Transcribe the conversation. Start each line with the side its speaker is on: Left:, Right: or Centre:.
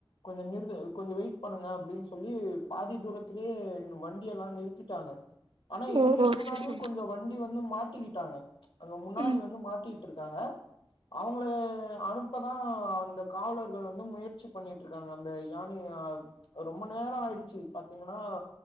Left: கொஞ்சம் நிறு கொஞ்சம் வெயிட் பண்ணுங்க அப்படின்னு சொல்லி பாதி தூரத்திலயே வண்டி எல்லாம் நிறுத்திட்டாங்க ஆனா எங்களுக்கு
Right: ஓ ஓ
Left: முன்னாடியும்
Right: சரி சரி
Left: கொஞ்சம் வண்டி வந்து மாட் டிக்கிட்டாங்க அங்க முன்னாடி
Right: ம்
Left: வந்து மாட்டி இருக்காங்க அவங்கள ல அனுப்பதான் அந்த காவலர்கள் வந்து முயற்சி பண்ணிட்டு இருக்காங்க அந்த யானைய ரொம்ப நேரம் ஆயிடுச்சு பாத்தீங்கன்னா